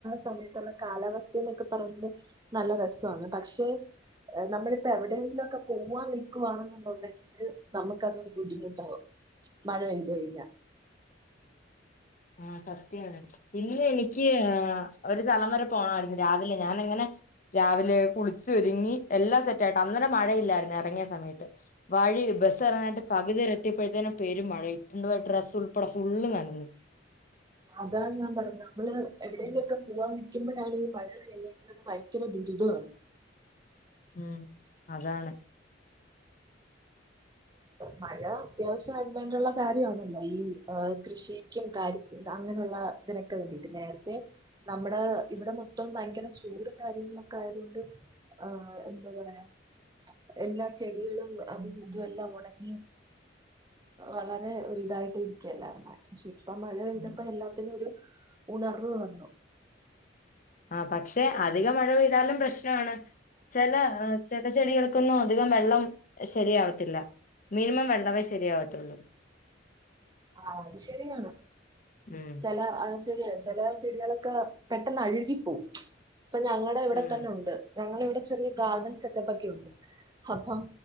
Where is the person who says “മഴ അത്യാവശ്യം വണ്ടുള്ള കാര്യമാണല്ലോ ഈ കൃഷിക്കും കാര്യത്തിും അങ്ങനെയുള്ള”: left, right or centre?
Right